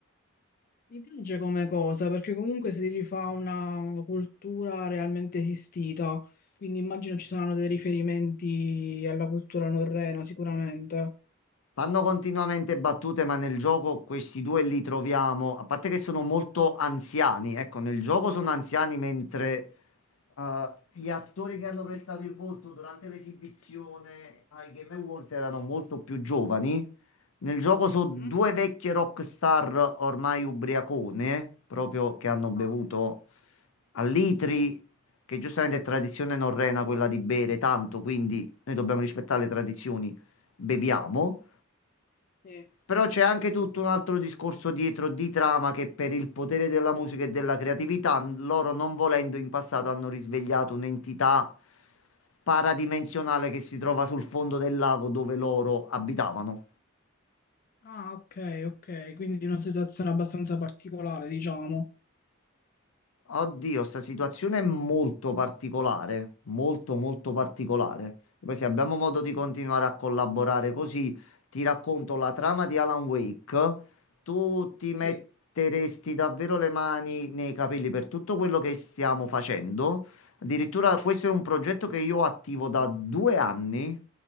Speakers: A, on the left; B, on the left.
A: Mi piace come cosa perché comunque si rifà una cultura realmente esistita, quindi immagino ci saranno dei riferimenti alla cultura norrena sicuramente.
B: Fanno continuamente battute, ma nel gioco questi due li troviamo, a parte che sono molto anziani, ecco, nel gioco sono anziani mentre eh, gli attori che hanno prestato il volto durante l'esibizione ai Game Awards erano molto più giovani. Nel gioco sono
A: Mhm.
B: due vecchie rockstar ormai ubriacone, proprio che hanno bevuto
A: Ah,
B: a litri, che giustamente è tradizione norrena quella di bere tanto, quindi noi dobbiamo rispettare le tradizioni, beviamo.
A: sì.
B: Però c'è anche tutto un altro discorso dietro di trama che per il potere della musica e della creatività, n- loro non volendo in passato hanno risvegliato un'entità paradimensionale che si trova sul fondo del lago dove loro abitavano.
A: Ah, ok, ok, quindi una situazione abbastanza particolare, diciamo.
B: Oddio, sta situazione è molto particolare, molto molto particolare. Poi se abbiamo modo di continuare a collaborare così, ti racconto la trama di Alan Wake. Tu ti metteresti
A: Sì,
B: davvero le mani nei capelli per tutto quello che stiamo facendo. Addirittura questo è un progetto che io attivo da due anni.